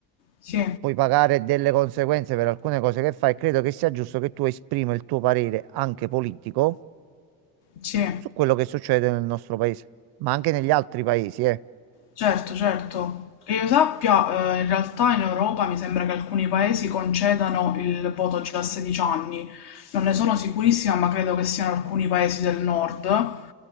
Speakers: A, on the left; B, on the right.
A: sì,
B: puoi pagare delle conseguenze per alcune cose che fai, credo che sia giusto che tu esprima il tuo parere anche politico
A: sì,
B: su quello che succede nel nostro paese, ma anche negli altri paesi, eh.
A: certo, certo. Che io sappia, eh, in realtà in Europa mi sembra che alcuni paesi concedano il voto già a 16 anni. Non ne sono sicurissima, ma credo che siano alcuni paesi del nord.